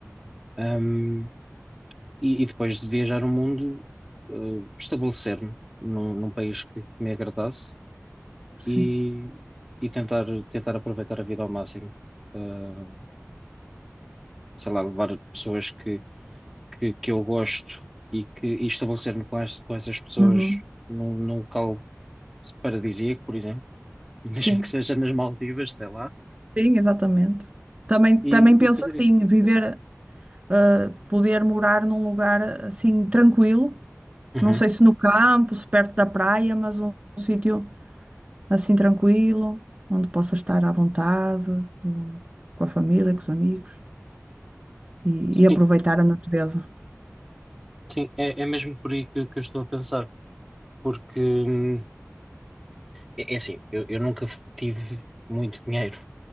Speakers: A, in the centre; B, on the right (about 25°).
A: Ahm, e, e depois de viajar o mundo, ah, estabelecer-me num, num país que me agradasse
B: sim.
A: e, e tentar, tentar aproveitar a vida ao máximo. Ah, sei lá, levar pessoas que, que, que eu gosto e que e estabelecer-me com, as- com essas pessoas
B: Uhum,
A: num, num local paradisíaco, por exemplo, <laughs> mesmo
B: sim.
A: que seja nas Maldivas, sei lá,
B: Sim, exatamente. Também,
A: e,
B: também penso
A: e fazer
B: assim,
A: isso.
B: viver, eh, poder morar num lugar assim tranquilo.
A: Uhum.
B: Não sei se no campo, se perto da praia, mas um, um sítio assim tranquilo, onde possa estar à vontade, com, com a família, com os amigos e,
A: Sim,
B: e aproveitar a natureza.
A: sim, é, é mesmo por aí que, que eu estou a pensar, porque hum, é, é assim, eu, eu nunca tive muito dinheiro,